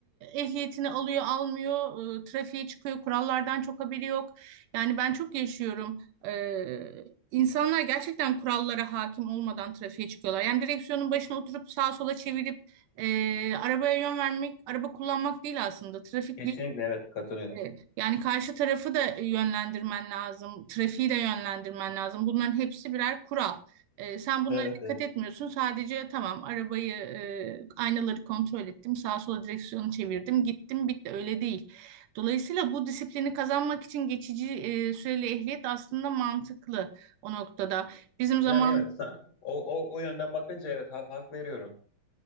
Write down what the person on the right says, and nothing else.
ehliyetini alıyor, almıyor, e, trafiğe çıkıyor, kurallardan çok haberi yok. Yani ben çok yaşıyorum. E, insanlar gerçekten kurallara hakim olmadan trafiğe çıkıyorlar. Yani direksiyonun başına oturup sağa sola çevirip e, arabaya yön vermek, araba kullanmak değil aslında. Trafik
e, Yani karşı tarafı da yönlendirmen lazım, trafiği de yönlendirmen lazım. Bunların hepsi birer kural. E, sen bunlara
dikkat
etmiyorsun. Sadece tamam arabayı, e, aynaları kontrol ettim, sağa sola direksiyonu çevirdim, gittim, bitti. Öyle değil. Dolayısıyla bu disiplini kazanmak için geçici e, süreli ehliyet aslında mantıklı o noktada. Bizim zaman.